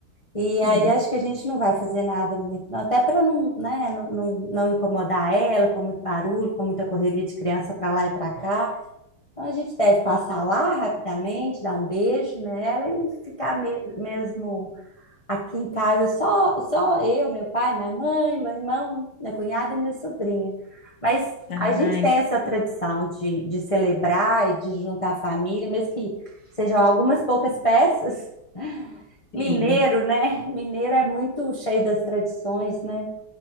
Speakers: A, on the left; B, on the left.
A: E
B: sim.
A: aí acho que a gente não vai fazer nada muito, não, até para não, né, não, não, não incomodar ela com muito barulho, com muita correria de criança para lá e para cá. Então a gente deve passar lá rapidamente, dar um beijo nela e ficar me- mesmo Aqui em casa só só eu, meu pai, minha mãe, meu irmão, minha cunhada e minha sobrinha. Mas
B: Ah,
A: a gente tem essa tradição de, de celebrar e de juntar a família, mesmo que sejam algumas poucas peças. Mineiro,
B: sim.
A: né? Mineiro é muito cheio das tradições, né?